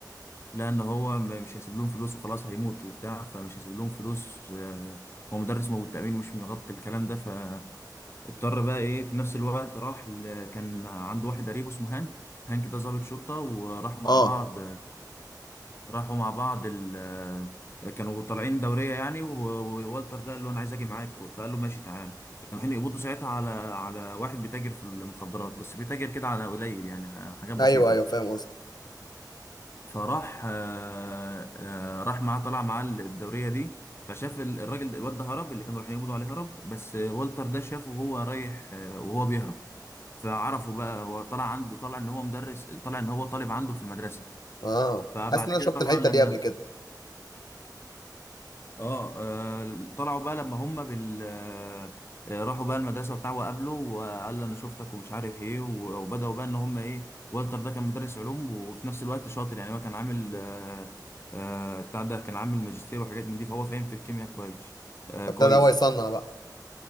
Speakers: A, on the left (about 35°); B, on the left (about 65°).
A: لان هو م- مش هيسيب لهم فلوس وخلاص هيموت وبتاع فمش هيسيب لهم فلوس آه، هو مدرس مواد التأمين مش مغطي الكلام ده فاضطر بقى ايه في نفس الوقت راح ل... كان عنده واحد قريبه اسمه هانك هانك ده ضابط شرطة وراحوا
B: اه
A: مع بعض راحوا مع بعض ال آه، كانوا طالعين دورية يعني و- ووالتر ده قال له أنا عايز أجي معاك فقال له ماشي تعالى كانوا رايحين يقبضوا ساعتها على على واحد بيتاجر في المخدرات بس بيتاجر كده على قليل يعني ح- حاجات بسيطة
B: ايوه ايوه فاهم قصدك
A: فراح آه، آه، راح معاه طلع معاه الدورية دي فشاف ال- الراجل ده- الواد ده هرب اللي كانوا رايحين يقبضوا عليه هرب بس والتر ده شافه وهو رايح آه، وهو بيهرب فعرفه بقى هو طلع عنده طلع ان هو مدرس طلع ان هو طالب عنده في المدرسة
B: اه
A: فبعد
B: حاسس ان انا
A: كده
B: شفت
A: طبعا
B: الحتة
A: لما
B: دي قبل كده
A: اه آه، طلعوا بقى لما هم بال آه، آه، راحوا بقى المدرسه بتاعه وقابله وقال له انا شفتك ومش عارف ايه و- وبداوا بقى ان هم ايه والتر ده كان مدرس علوم وفي نفس الوقت شاطر يعني هو كان عامل آه، آه، بتاع ده كان عامل ماجستير وحاجات من دي فهو فاهم في الكيمياء كويس آه،
B: فابتدى
A: كويس
B: هو يصنع بقى